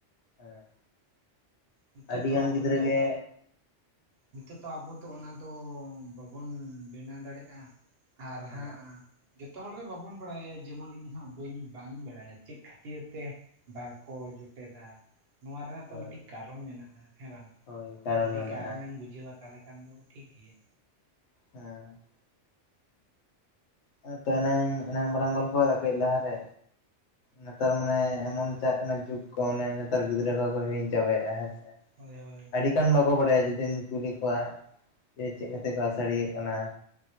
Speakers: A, on the left; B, on the right.
A: ᱦᱮᱸ
B: ᱱᱤᱛᱳᱜ
A: ᱟᱹᱰᱤ
B: ᱛᱚ
A: ᱜᱟᱱ
B: ᱟᱵᱚ
A: ᱜᱤᱫᱽᱨᱟᱹ
B: ᱛᱚᱼᱼ
A: ᱜᱮ
B: ᱱᱤᱛᱚᱜ ᱫᱚ ᱟᱵᱚ ᱫᱚ ᱚᱱᱟ ᱫᱚ ᱵᱟᱵᱚᱱ ᱵᱮᱱᱟᱣ ᱫᱟᱲᱮᱭᱟᱜᱼᱟ ᱟᱨ
A: ᱦᱮᱸ
B: ᱦᱟᱸᱜ ᱡᱚᱛᱚ ᱦᱚᱲ ᱫᱚ ᱵᱟᱵᱚᱱ ᱵᱟᱲᱟᱭᱟ ᱡᱮᱢᱚᱱ ᱤᱧᱦᱚᱸ ᱵᱟᱹᱧ ᱵᱟᱝ ᱤᱧ ᱵᱟᱲᱟᱭᱟ ᱪᱮᱫ ᱠᱷᱟᱹᱛᱤᱨ ᱛᱮᱼᱼ ᱵᱟᱝᱠᱚ ᱡᱚᱴᱮᱫᱟ᱾ ᱱᱚᱣᱟ ᱨᱮᱱᱟᱜ ᱛᱚ
A: ᱦᱳᱭ
B: ᱢᱤᱫᱴᱤᱡ ᱠᱟᱨᱚᱱ ᱢᱮᱱᱟᱜᱼᱟ ᱦᱮᱸ ᱵᱟᱝ
A: ᱦᱳᱭ ᱠᱟᱨᱚᱱ
B: ᱡᱩᱫᱤ
A: ᱢᱮᱱᱟᱜᱼᱟ
B: ᱠᱟᱨᱚᱱᱮᱢ ᱵᱩᱡᱷᱟᱹᱣᱟ ᱛᱟᱦᱚᱞᱮ ᱠᱷᱟᱱ ᱫᱚ ᱴᱷᱤᱠ ᱜᱮᱭᱟ
A: ᱦᱮᱸᱻ ᱦᱮᱸ ᱛᱚ ᱮᱱᱟᱝ ᱮᱱᱟᱝ ᱵᱟᱞᱟᱝ ᱜᱚᱞᱯᱚᱭᱟᱫᱟ ᱠᱟᱹᱡ ᱞᱟᱦᱟ ᱨᱮ ᱱᱮᱛᱟᱨ ᱢᱟᱱᱮ ᱮᱢᱚᱱ ᱪᱟᱜ ᱠᱟᱱᱟ ᱡᱩᱜᱽ ᱠᱚ ᱚᱱᱮ ᱱᱮᱛᱟᱨ ᱜᱤᱫᱽᱨᱟᱹ ᱠᱚᱠᱚ ᱦᱤᱲᱤᱧ ᱪᱟᱵᱟᱭᱼᱟ ᱦᱮᱸᱥᱮ
B: ᱦᱳᱭ ᱦᱳᱭ,
A: ᱟᱹᱰᱤ ᱜᱟᱱ ᱵᱟᱠᱚ ᱵᱟᱲᱟᱭᱟ ᱡᱩᱫᱤᱢ ᱠᱩᱞᱤ ᱠᱚᱣᱟ ᱡᱮ ᱪᱮᱫ ᱠᱟᱛᱮ ᱠᱚ ᱟᱥᱟᱲᱤᱭᱟᱹᱜ ᱠᱟᱱᱟ᱾